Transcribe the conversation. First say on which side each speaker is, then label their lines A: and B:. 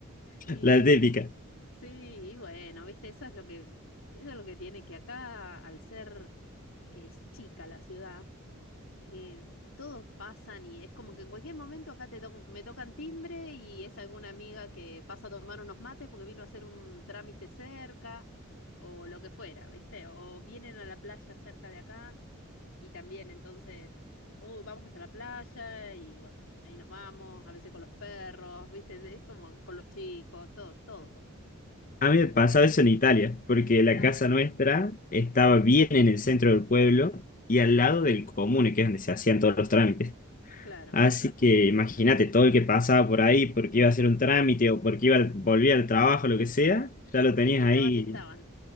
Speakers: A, on the left; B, on the left.
A: Y
B: La típica.
A: sí, y bueno, viste, eso es lo que, eso es lo que tiene que acá, al ser es chica la ciudad, eh, todos pasan y es como que en cualquier momento acá te toc- me tocan timbre y es alguna amiga que pasa a tomar unos mates porque vino a hacer un trámite cerca o lo que fuera, viste, o vienen a la playa cerca de acá y también entonces, "Uh, vamos hasta la playa y bueno, ahí nos vamos, a veces con los perros, viste, es como con los chicos, todo, todo.
B: A mí me
A: Eh,
B: pasaba eso en Italia, porque la
A: ah,
B: casa
A: sí,
B: nuestra estaba bien en el centro del pueblo y al lado del comune, que es donde se hacían todos los trámites.
A: claro.
B: Así que imagínate todo el que pasaba por ahí porque iba a hacer un trámite o porque iba al- volvía al trabajo, lo que sea, ya lo
A: Se
B: tenías
A: fijaba
B: ahí.
A: si estaban.